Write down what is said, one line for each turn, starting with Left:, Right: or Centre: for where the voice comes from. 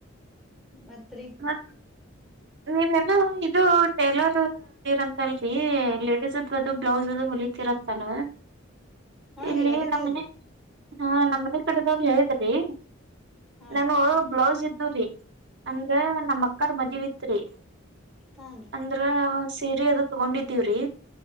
Centre: ಮತ್ತರಿ
Right: ಹಾಂ ನೀವೇನೋ ಇದು ಟೇಲರು ಏನಂತಲ್ರೀ ಲೇಡಿಸ್ದ ಅದು ಬ್ಲೌಸ್ ಅದು ಹೊಲಿತಿರಂತಲಾ.
Centre: ಹಾ
Right: ಇಲ್ಲಿ
Centre: ರೀ ಹೊಲಿತೇವ್ರಿ
Right: ನಮ್ಮನೆ ಹ ನಮ್ಮನೆ ಕಡೆದವ್ರು ಹೇಳಿದ್ರಿ.
Centre: ಹಾ
Right: ನನ್ನವು
Centre: ರೀ ಹಾ
Right: ಬ್ಲೌಸ್ ಇತ್ತು ರಿ ಅಂದ್ರೆ ನಮ್ ಅಕ್ಕಾರ್ ಮದ್ವಿತ್ರಿ.
Centre: ಹ್ಞುನ್ರೀ.
Right: ಅಂದ್ರ ಸೀರಿ ಅದು ತಗೊಂಡಿದೀವ್ರಿ